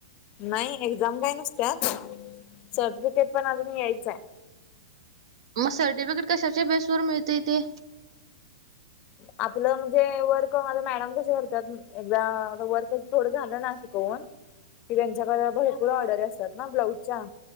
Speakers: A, on the left (about 35°); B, on the right (about 65°).
A: नाही एक्झाम काय नसतत सर्टिफिकेट पण अजून यायचं आहे
B: मग सर्टिफिकेट कशाच्या बेस वर मिळते ते
A: आपलं म्हणजे वर्क माझ मॅडम कस करतात एकदा वर्क थोडं झालं ना शिकवून की त्यांच्याकडे भरपूर ऑर्र असत ना ब्लाऊजच्या